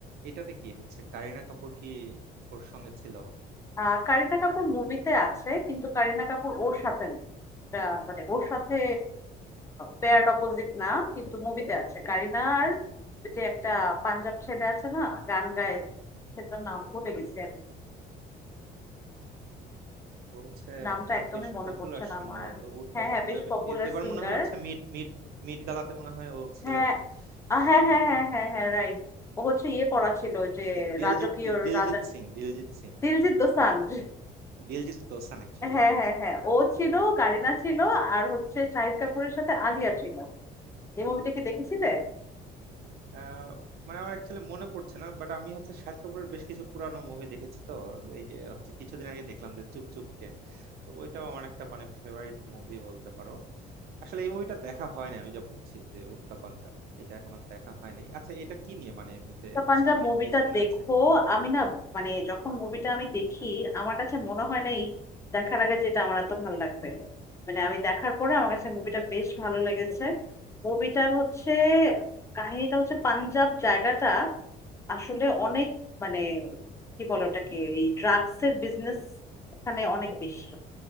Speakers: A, on the right; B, on the left.
A: এটাতে কি হচ্ছে কারিনা কাপুর কি ওর সঙ্গে ছিল
B: আহ কারিনা কাপুর মুভিতে আছে কিন্তু কারিনা কাপুর ওর সাথে না এটা মানে ওর সাথে পেয়ার অপোজিট না কিন্তু মুভিতে আছে কারিনা আর ওই যে একটা পাঞ্জাব ছেলে আছে না গান গায় সেটার নাম ভুলে গেছি আমি
A: ও হচ্ছে
B: নামটা
A: হ্যাঁ
B: একদমই
A: বেশ
B: মনে
A: পপুলার
B: পড়ছে না
A: সম্ভবত
B: আমার
A: উড়তা
B: হ্যাঁ হ্যাঁ
A: পাঞ্জাবে
B: বেশ পপুলার
A: এ- এবার
B: সিঙ্গার
A: মনে হয় হচ্ছে মিড মিড মিড গালাতে মনে হয় ও ছিল
B: হ্যাঁ আহ, হ্যাঁ
A: সম্ভবত
B: হ্যাঁ হ্যাঁ হ্যাঁ হ্যাঁ রাইট ও হচ্ছে ইয়ে পড়া ছিল ওই যে
A: Diljit
B: রাজকীয়
A: Diljit
B: রাজা
A: Singh Diljit Singh
B: দিলজিৎ দোসাঞ্জ
A: Diljit Dosanjh actually
B: হ্যাঁ
A: right
B: হ্যাঁ হ্যাঁ ও ছিল কারিনা ছিল আর হচ্ছে শাহিদ কাপুরের সাথে আলিয়া ছিল এই মুভিটা কি দেখেছিলে
A: Ah, মানে আমার অ্যাকচুয়ালি মনে পড়ছে না বাট আমি হচ্ছে শাহিদ কাপুরের বেশ কিছু পুরানো মুভি দেখেছি তো এই যে হচ্ছে কিছুদিন আগে দেখলাম যে চুপ চুপ কে তো ওইটাও আমার একটা মানে ফেভারিট মুভি বলতে পারো আসলে এই মুভিটা দেখা হয় না আমি যা বুঝছি যে উড়তা পাঞ্জাব এটা এখনো দেখা হয় নাই আচ্ছা এটা কি নিয়ে মানে এমনিতে
B: দ্য পাঞ্জাব
A: স্টোরি
B: মুভিটা
A: কি কিছু মনে
B: দেখো
A: আছে
B: আমি না মানে যখন মুভিটা আমি দেখি আমার কাছে মনে হয় নাই দেখার আগে যেটা আমার এত ভালো লাগবে মানে আমি দেখার পরে আমার কাছে মুভিটা বেশ ভালো লেগেছে মুভিটার হচ্ছে কাহিনীটা হচ্ছে পাঞ্জাব জায়গাটা আসলে অনেক মানে কি বলে ওটাকে এই ড্রাগস এর বিজনেস ওখানে অনেক বেশি